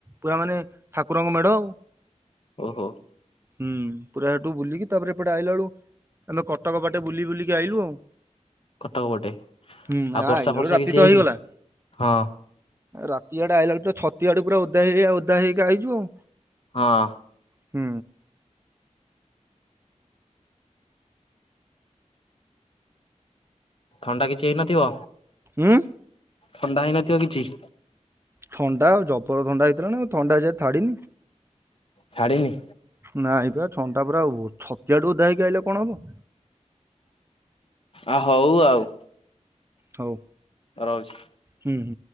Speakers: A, on the right; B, on the left.
A: ପୁରା ମାନେ ଠାକୁରଙ୍କ ମେଢ ଆଉ।
B: ଓ ହୋ।
A: ହୁଁ ପୁରା ହେଠୁ ବୁଲିକି ତାପରେ ଏପଟେ ଆଇଲା ବେଳୁ ଆମେ କଟକ ବାଟେ ବୁଲି ବୁଲିକି ଆଇଲୁ ଆଉ।
B: କଟକ ପଟେ
A: ହୁଁ
B: ଆଉ
A: ଆ
B: ବର୍ଷା
A: ଆଇଲା
B: ଫର୍ଷା
A: ବେଳେ ରାତି
B: କିଛି ହେଇନି
A: ତ ହେଇଗଲା।
B: ହଁ
A: ରାତି ଆଡେ ଆଇଲା ବେଳୁ ତ ଛତିଆଠୁ ପୁରା ଓଦା ହେଇ ହେଇ ଓଦା ହେଇ ହେଇ କା ଆଇଛୁ ଆଉ।
B: ହଁ।
A: ହୁଁ।
B: ଥଣ୍ଡା କିଛି ହେଇନଥିବ
A: ଉଁ
B: ଥଣ୍ଡା ହେଇନଥିବ କିଛି?
A: ଥଣ୍ଡା ଆଉ ଜବର ଥଣ୍ଡା ହେଇଥିଲା ନା ଥଣ୍ଡା ଏଯାଏଁ ଥାଡିିନି।
B: ଛାଡିିନି
A: ନାଇଁ ପା ଛଣ୍ଡା ପୁରା ଛ ଜିୟାଡୁ ଓଦା ହେଇକି ଆଇଲେ କଣ ହେବ?
B: ଆ ହଉ ଆଉ।
A: ହଉ।
B: ରହୁଛି।
A: ହୁଁ ହୁଁ।